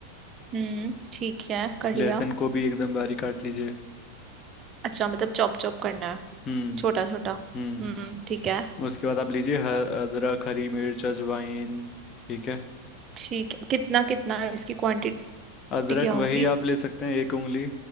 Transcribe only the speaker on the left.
लहसुन
को भी एकदम बारीक काट लीजिए
हम्म
हम्म
उसके बाद आप लीजिए ह- अदरक हरी मिर्च अजवाइन ठीक है
अदरक
वही आप ले सकते हैं एक उंगली